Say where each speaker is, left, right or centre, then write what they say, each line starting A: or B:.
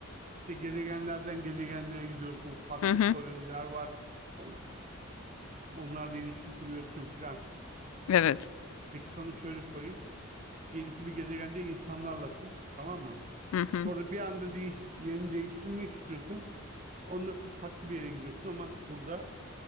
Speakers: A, on the right; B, on the left.
A: İşte gezegenlerden gezegenlere gidiyorsun. Farklı
B: Hı hı,
A: koloniler var. On, onlarla ilişki kuruyorsun filan.
B: evet.
A: Peki sana şöyle sorayım. Diyelim ki bir gezegende insanlarlasın. Tamam mı?
B: Hı hı,
A: Sonra bir anda değiş, yerini değiştirmek istiyorsun. Ondan sonra farklı bir yere gidiyorsun ama burada